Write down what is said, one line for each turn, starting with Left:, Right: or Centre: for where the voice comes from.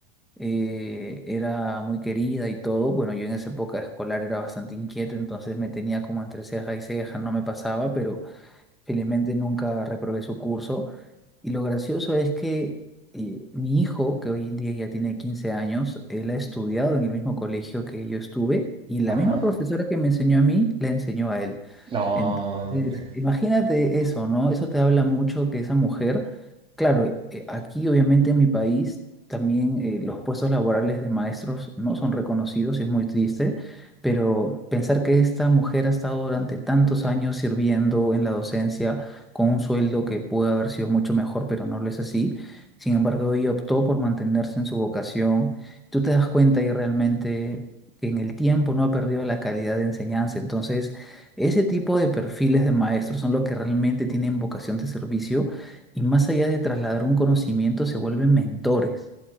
Centre: eh, era muy querida y todo. Bueno, yo en esa época escolar era bastante inquieto, entonces me tenía como entre ceja y ceja, no me pasaba, pero Felizmente nunca reprobé su curso. Y lo gracioso es que eh, mi hijo, que hoy en día ya tiene 15 años, él ha estudiado en el mismo colegio que yo estuve y la
Right: ajá.
Centre: misma profesora que me enseñó a mí, la enseñó a él.
Right: No, hombre.
Centre: Entonces, imagínate eso, ¿no? Eso te habla mucho que esa mujer, claro, eh, aquí obviamente en mi país también eh, los puestos laborales de maestros no son reconocidos, y es muy triste, pero pensar que esta mujer ha estado durante tantos años sirviendo en la docencia con un sueldo que pudo haber sido mucho mejor, pero no lo es así. Sin embargo, ella optó por mantenerse en su vocación. Tú te das cuenta y realmente que en el tiempo no ha perdido la calidad de enseñanza. Entonces, ese tipo de perfiles de maestros son los que realmente tienen vocación de servicio y más allá de trasladar un conocimiento, se vuelven mentores.